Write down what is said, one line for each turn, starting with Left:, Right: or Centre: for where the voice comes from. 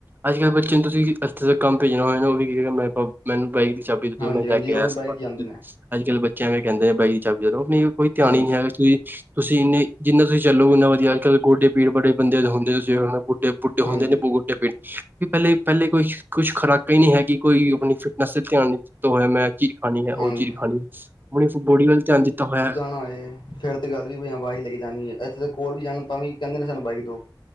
Right: ਅੱਜਕੱਲ ਬੱਚੇ ਨੂੰ ਤੁਸੀ ਇੱਥੇ ਦ ਕੰਮ ਭੇਜਣਾ ਹੋਏ ਨਾ ਉਹ ਵੀ ਕਹੇਗਾ ਮੈ ਤੋ, ਮੈਨੂੰ ਬਾਈਕ ਦੀ ਚਾਬ ਬੀ ਦੇ ਦਿਓ,
Left: ਹਾਂਜੀ
Right: ਮੈਂ
Left: ਹਾਂਜੀ
Right: ਲਏ ਕੇ
Left: ਉਹ
Right: ਆਇਆ
Left: ਵੀ
Right: ਸਮਾਨ।
Left: ਬਾਈਕ ਤੇ ਜਾਂਦੇ ਨੇ
Right: ਅੱਜਕੱਲ ਬੱਚੇ ਇਹਵੈਂ ਕਹਿੰਦੇ ਏਂ, ਬਾਈਕ ਦੀ ਚਾਬੀ ਤਾ ਦੋ ਅਪਨੀ ਕੋਈ ਧਿਆਨ
Left: ਹਾਂਜੀ
Right: ਹੀ ਨੀ ਹੈਗਾ ਕੀ ਤੁਸੀ ਇੰਹਨੀਂ, ਜਿੰਹਨਾ ਤੁਸੀ ਚੱਲੋ ਉੰਹਨਾ ਵਧੀਆ। ਅੱਜਕਲ ਗੋਡੇ ਪੀੜ ਬੜੇ ਬੰਦੇ ਦੇ ਹੁੰਦੇ ਸੀ। ਤੁਸੀਂ ਉਹ ਨਾ ਗੋਡੇ ਬੁੱਢੇ ਹੁੰਦੇ
Left: ਹਾਂਜੀ
Right: ਨੇਂ, <unintelligible> ਬਈ ਪਹਿਲੇ-ਪਹਿਲੇ ਕੋਈ ਕੁਛ ਖੁਰਾਕਾਂ ਹੀ ਨਹੀਂ ਹੈਗੀ ਕੋਈ ਆਪਨੀ ਫਿਟਨੈਸ ਤੇ ਧਿਆਨ ਨਹੀਂ ਦਿੱਤਾ ਹੋਇਆ ਮੈਂ। ਚੀਜ ਖਾਨੀ ਹੈ, ਉਹ
Left: ਹਾਂਜੀ
Right: ਚੀਜ਼ ਖਾਨੀ ਹੈ। ਹੁਣ ਅਸੀ ਬੋਡੀ ਵੱਲ ਧਿਆਨ ਦਿੱਤਾ ਹੋਇਆ।
Left: ਨਾਲੇ ਫਿਰ ਤੇ ਗੱਲ ਵੀ ਕੋਈ ਹਾਂ ਬਾਈਕ ਲੈ ਕੇ ਜਾਨੀ ਐਂ। ਇੱਥੇ ਤੇ ਕੋਲ ਵੀ ਜਾਨਾ, ਤਾਂ ਵੀ ਕਹਿੰਦੇ ਨੇਂ ਸਾਨੂੰ ਬਾਈਕ ਦੋ।